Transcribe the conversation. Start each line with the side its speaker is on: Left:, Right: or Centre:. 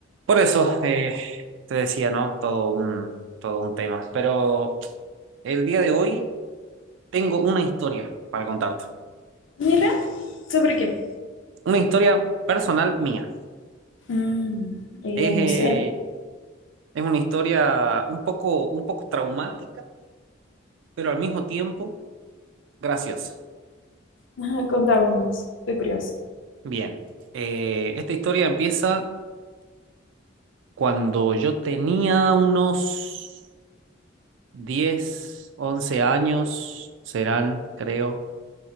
Right: Por eso eh, te decía, ¿no? Todo un, todo un tema. Pero el día de hoy tengo una historia para contarte.
Left: Mira, ¿sobre qué?
Right: Una historia personal mía.
Left: Mm, ella
Right: Es,
Left: es muy
Right: eh,
Left: seria.
Right: es una historia un poco, un poco traumática, pero al mismo tiempo graciosa.
Left: Ajá, <laughs> Contame más, estoy curiosa.
Right: Bien, eh, esta historia empieza cuando yo tenía unos 10 11 años, serán, creo.